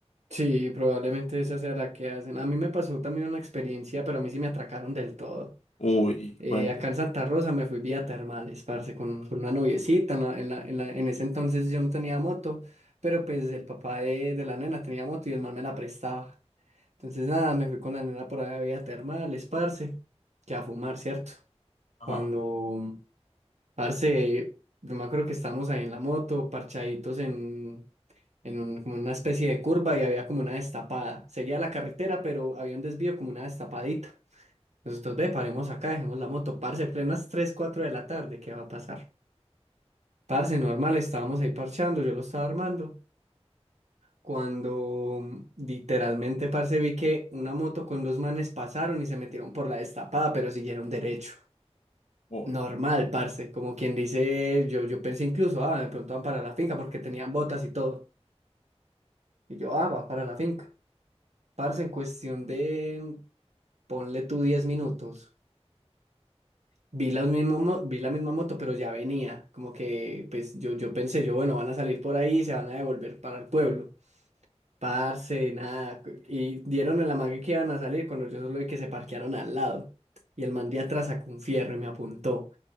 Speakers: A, on the right; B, on the left.
A: Sí, probablemente esa sea la que hacen. A mí me pasó también una experiencia, pero a mí sí me atracaron del todo.
B: Uy,
A: Eh,
B: cuénteme.
A: acá en Santa Rosa me fui vía termales, parce, con, con una noviecita. En, la- en, la- en la- en ese entonces yo no tenía moto, pero pues el papá de, de la nena tenía moto y el man me la prestaba. Entonces nada, me fui con la nena por allá vía termales, parce, que a fumar, ¿cierto?
B: Ajá,
A: Cuando, parce, yo me acuerdo que estábamos ahí en la moto, parchaditos en, en un- como una especie de curva y había como una destapada. Seguía la carretera, pero había un desvío como una destapadita. Nosotros ve, paremos acá, dejemos la moto, parce, plenas 3 4 de la tarde, ¿qué va a pasar? Parce, normal, estábamos ahí parchando, yo lo estaba armando, cuando mm, literalmente, parce, vi que una moto con dos manes pasaron y se metieron por la destapada, pero siguieron derecho.
B: uy.
A: Normal, parce, como quien dice, yo, yo pensé incluso, ah, de pronto van para la finca porque tenían botas y todo. Y yo, ah, va para la finca. Parce, en cuestión de, mm, ponle tú 10 minutos. Vi la misma, mo- vi la misma moto, pero ya venía. Como que, pues yo, yo pensé, yo, bueno, van a salir por ahí y se van a devolver para el pueblo. Parce, nada. cu- Y dieron el amague que iban a salir cuando yo solo vi que se parquearon al lado. Y el man de atrás sacó un fierro y me apuntó.